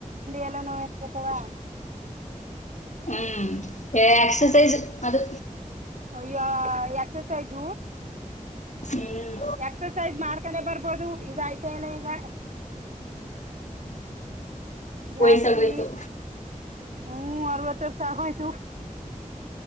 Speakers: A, on the right; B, on the left.
A: ಎಲ್ಲ ನೋಕತವಾ
B: ಹ್ಮ್ ಎಕ್ಸಸೈಸ್ ಅದು
A: ಅಯ್ಯ ಎಕ್ಸಸೈಜ
B: ಹ್ಮ್
A: ಎಕ್ಸಸೈಜ್ ಮಾಡ್ಕೊಂಡೆ ಬರ್ಬೋದು ಇದಯ್ತ ಎಲ್ಲ ಈಗ ಜಾಸ್ತಿ
B: ವಯಸ್ಸಾಗೋಯ್ತು
A: ಹ್ಮ್ ಅರವತ್ತ ಶಾಕ ತು